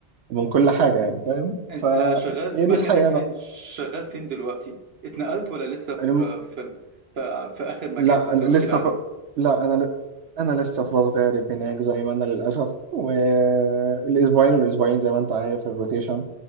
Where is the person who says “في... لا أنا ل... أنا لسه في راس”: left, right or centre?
Right